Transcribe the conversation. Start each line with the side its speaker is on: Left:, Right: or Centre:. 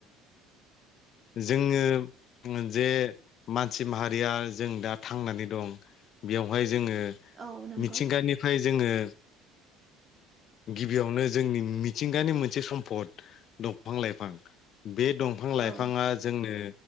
Left: जोङो जोङो जे मानसि माहारिया जों दा थांनानै दं बेवहाय जोङो
Right: औ नंगौ
Left: मिथिंगानिफ्राय जोङो गिबियावनो जोंनि मिथिंगानि मोनसे सम्फद दंफां लाइफां बे दंफां लाइफाङा
Right: औ
Left: जोंनो